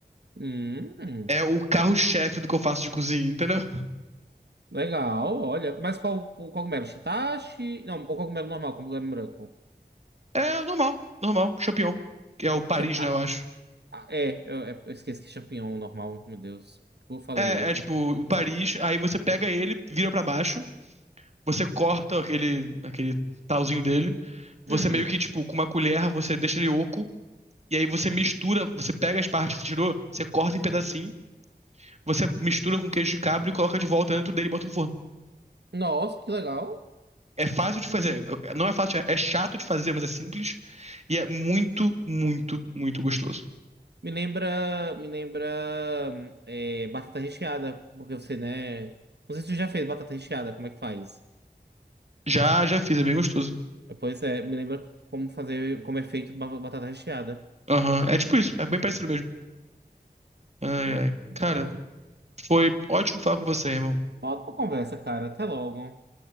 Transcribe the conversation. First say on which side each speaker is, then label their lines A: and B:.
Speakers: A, on the right; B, on the right.
A: Hum,
B: É o carro-chefe do que eu faço de cozinha, entendeu?
A: legal, olha. Mas qual o cogumelo? Shiitache? Não, o cogumelo normal, cogumelo branco.
B: É normal, normal, champignon. Que é o Paris,
A: Cham- Ah,
B: né, eu acho.
A: ah, é, eu, é, eu esqueci que é champignon normal, meu Deus. Eu falei
B: É,
A: outro.
B: é tipo o Paris, aí você pega ele, vira pra baixo, você corta aquele, aquele talzinho dele, você
A: Uhum.
B: meio que, tipo, com uma colher, você deixa ele oco, e aí você mistura, você pega as partes que você tirou, você corta em pedacinho, você mistura com queijo de cabra e coloca de volta dentro dele e bota no forno.
A: Nossa, que legal.
B: É fácil de
A: Hum.
B: fazer. Não é fácil, é chato de fazer, mas é simples. E é muito, muito, muito gostoso.
A: Me lembra, me lembra é, batata recheada, porque você, né? Não sei se você já fez batata recheada, como é que faz?
B: Já, já fiz, é bem gostoso.
A: Pois é, me lembra como fazer, como é feito ba- batata recheada.
B: Aham, É tipo isso, é bem parecido mesmo. Ai,
A: Hum,
B: ai.
A: legal.
B: Cara, foi ótimo falar com você, irmão.
A: Volta pra conversa, cara. Até logo.